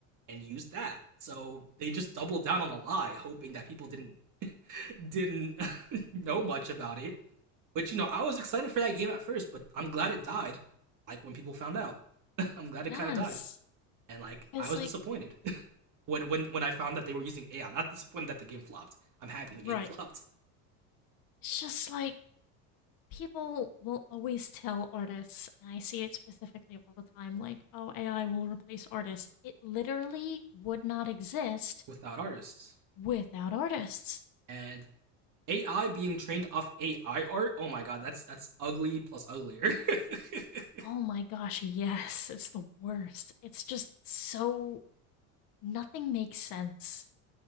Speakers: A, on the right; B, on the left.
A: and used that. So they just doubled down on a lie, hoping that people didn't didn't <laughs> know much about it. But you know, I was excited for that game at first, but I'm glad it died. Like when people found out, <laughs> I'm glad
B: Yes.
A: it kind of died, and like
B: because,
A: I was
B: like,
A: disappointed <laughs> when when when I found that they were using AI. Not disappointed that the game flopped. I'm happy the game
B: Right.
A: <laughs> flopped
B: It's just like people will always tell artists, and I see it specifically all the time, like, oh, AI will replace artists. It literally would not exist
A: without artists
B: without artists.
A: and AI being trained off AI art. Oh my god, that's that's ugly plus uglier. <laughs>
B: Oh my gosh, yes, it's the worst. It's just so nothing makes sense